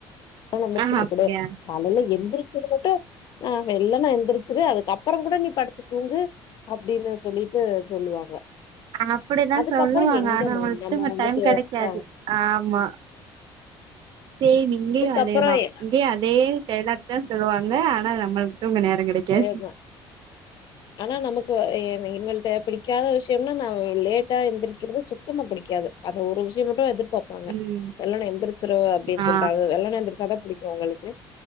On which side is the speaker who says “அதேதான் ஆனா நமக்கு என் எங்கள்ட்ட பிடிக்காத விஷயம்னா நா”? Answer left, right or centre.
Left